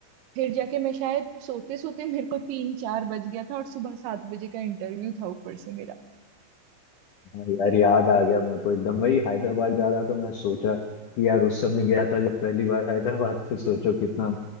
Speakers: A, on the right; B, on the left.
A: फिर जाके मैं शायद सोते सोते मेरे को तीन चार बज गया था और सुबह सात बजे का इंटरव्यू था ऊपर से मेरा
B: हाँ यार याद आ गया मेरे को एकदम वही हैदराबाद जा रहा था मैं सोचा कि यार उस समय गया था जब पहली बार हैदराबाद तो सोचो कितना